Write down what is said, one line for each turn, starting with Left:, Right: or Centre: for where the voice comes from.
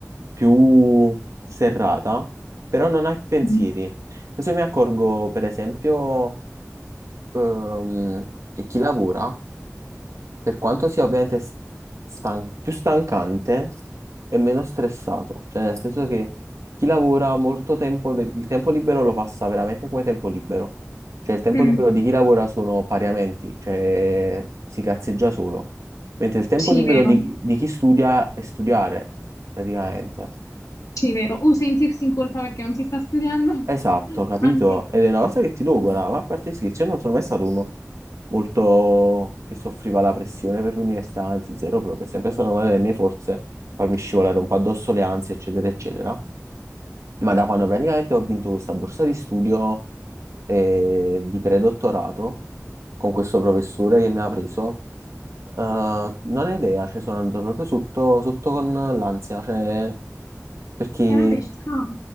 Right: più serrata, però non hai pensieri.
Left: mm,
Right: Adesso mi accorgo, per esempio... ehm, che chi lavora, per quanto sia ovviamente s- stan- più stancante, è meno stressato. Cioè, nel senso che chi lavora molto tempo, del- il tempo libero lo passa veramente come tempo libero. Cioè, il tempo
Left: mm,
Right: libero di chi lavora sono pariamenti, cioè si cazzeggia solo. Mentre il tempo
Left: sì,
Right: libero
Left: vero,
Right: di, di chi studia è studiare, praticamente.
Left: sì, vero. O sentirsi in colpa perché non si sta studiando,
Right: Esatto,
Left: <laughs>
Right: capito?
Left: anche.
Right: Ed è una cosa che ti logora,
Left: Mm.
Right: ma a parte sì, che io non sono mai stato uno molto che soffriva la pressione per l'università, anzi zero proprio, è sempre stata una delle mie forze farmi scivolare un po' addosso le ansie, eccetera, eccetera. Ma da quando praticamente ho vinto questa borsa di studio eh, di predottorato con questo professore che mi ha preso, eh, non ho idea, cioè sono andato proprio sotto, sotto con l'ansia, cioè perché
Left: E vabbè, ci sta.